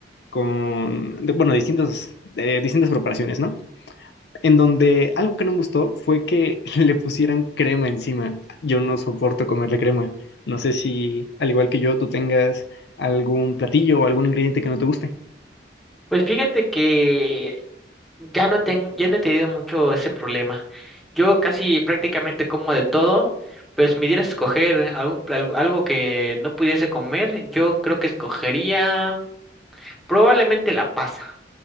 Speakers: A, on the left; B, in the centre.
A: con, de- bueno, distintos, eh, distintas preparaciones, ¿no? En donde algo que no me gustó fue que <laughs> le pusieran crema encima. Yo no soporto comerle crema. No sé si, al igual que yo, tú tengas algún platillo o algún ingrediente que no te guste.
B: Pues fíjate que ya no ten- ya no he tenido mucho ese problema. Yo casi prácticamente como de todo, pero si me dieras a escoger algún, pla- algo que no pudiese comer, yo creo que escogería probablemente la pasa.